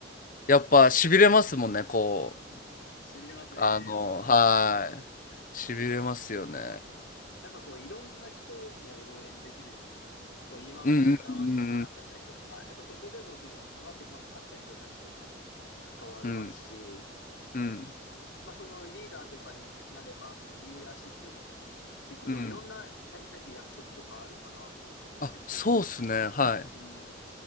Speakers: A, on the left; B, on the left.
A: やっぱ痺れますもんねこ
B: しびれますね、
A: うあのは
B: 応援とか。
A: い痺れますよね
B: やっぱこういろんな人も応援できるじゃないですか。こう今まで関わってこなかった人とか、
A: うんうん
B: やっぱそこでもその関わってこなかった人たちとも関われますし、
A: うんうんうん
B: まあそのリーダーとかになれば、そのリーダーシップも結構こういろんな体育祭って役職とかあるかなと思ってて、
A: うんうんあそうっすねはい
B: うん。